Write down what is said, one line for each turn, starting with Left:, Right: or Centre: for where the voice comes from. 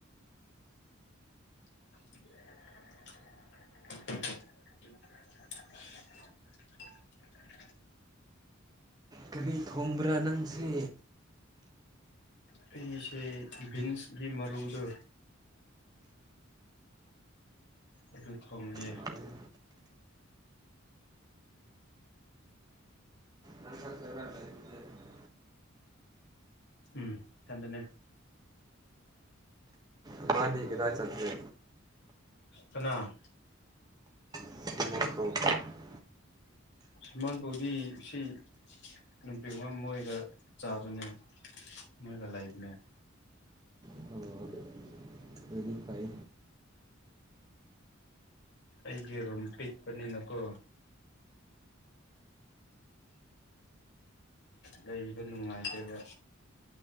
Left: <unintelligible> <unintelligible>
Right: ꯀꯔꯤ ꯊꯣꯡꯕ꯭ꯔꯥ ꯅꯪꯁꯦ
Left: ꯐꯤꯁꯦ ꯕꯤꯟꯁꯒꯤ ꯃꯔꯨꯗ ꯑꯗꯨ ꯊꯣꯡꯒꯦ
Right: ꯍꯥꯎꯋꯦ ꯅꯪ ꯈꯛꯇꯔꯥ ꯂꯩꯕꯁꯦ
Left: ꯎꯝ ꯑꯗꯨꯅꯦ
Right: ꯅꯕꯥꯅꯤ ꯀꯗꯥꯏ ꯆꯠꯀ‌ꯦ
Left: ꯀꯅꯥ
Right: ꯑꯃꯥꯗ‌ꯣ
Left: ꯑꯃꯥꯗ‌ꯣꯗꯤ ꯁꯤ ꯅꯨꯄꯤ ꯑꯃꯥ ꯃꯣꯏꯒ ꯆꯥꯕꯅꯦ ꯃꯣꯏꯒ ꯥꯂꯩꯕꯥꯅꯦ
Right: <unintelligible> ꯑꯗꯨꯗꯤ ꯐꯩ
Left: ꯑꯩꯒꯤ ꯔꯨꯝ ꯄꯤꯛ ꯄꯥꯅꯤꯅꯀꯣ ꯂꯩꯕ ꯅꯨꯡꯉꯥꯏꯇꯦꯕꯥ